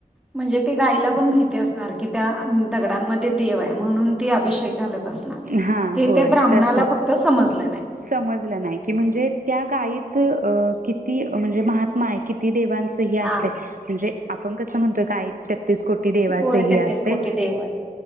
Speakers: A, in the centre; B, on the right.
A: म्हणजे ते गाईला पण
B: अस
A: माहिती असणार की त्या दगडांमध्ये देव आहे म्हणून अभिषेक घालत असणार
B: हा
A: ते
B: होय
A: त्या ब्राह्मणाला
B: तसच
A: फक्त समजलं नाही.
B: समजलं नाही की म्हणजे त्या गायीत किती म्हणजे महात्मा आहे किती देवां सही असतय
A: हा
B: म्हणजे. आपण कसं म्हणतोय गाईत तेहतीस कोटी देवाचे
A: होय तेहतीस
B: हे असतय
A: कोटी देव आहे